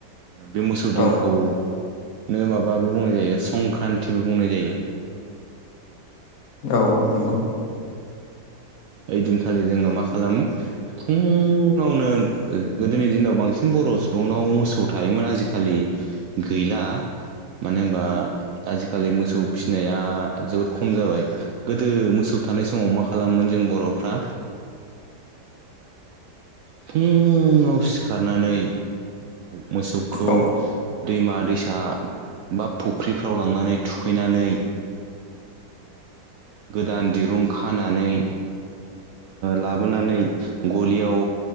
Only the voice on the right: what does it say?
बे मोसौ दिनखौनो
माबाबो बुंनाय जायो संक्रान्तिबो बुंनाय जायो
ओइदिनखालि जोङो मा खालामो फुङावनो गोदोनि दिनाव बांसिन बर' सुबुंनाव मोसौ थायोमोन आजिखालि गैला मानो होनबा आजिखालि मोसौ फिसिनाया जोबोद खम जाबाय गोदो मोसौ थानाय समाव मा खालामोन जों बर'फ्रा फुङाव सिखारनानै मोसौखौ
दैमा दैसा बा फुख्रिफ्राव लांनानै थुखैनानै गोदान दिरुं खानानै लाबोनानै गलियाव